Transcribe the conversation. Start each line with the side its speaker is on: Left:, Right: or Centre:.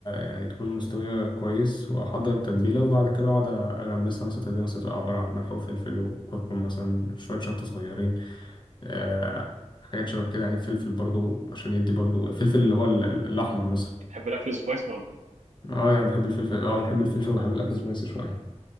Left: يعني تكون مستوية كويس وأحضر التتبيلة وبعد كده أقعد أغمسها مثلا تتبيلة مثلا تبقى عبارة عن ملح وفلفل وكركم مثلا شوية شطة صغيرين آه، حاجات شبه كده يعني فلفل برضو عشان يدي برضو الفلفل اللي هو ال- ال- الأحمر مثلا
Right: بتحب الاكل سبايسي ولا
Left: اه يعني بحب الفلفل اه بحب الفلفل وبحب الأكل سبايسي شوية